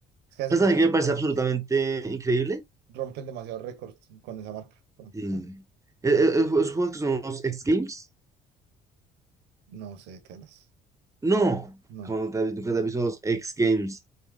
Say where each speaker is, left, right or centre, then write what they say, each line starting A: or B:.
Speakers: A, on the right; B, on the right.
A: Es que hacen
B: ¿sabes
A: muchas
B: a mí qué me
A: cosas.
B: parece absolutamente increíble?
A: Rompen demasiados récords con esa marca. Bueno,
B: Sí.
A: ah,
B: E- e- Esos juegos que son los X Games.
A: No sé de qué hablas.
B: No,
A: No,
B: como te, nunca te has visto los X Games.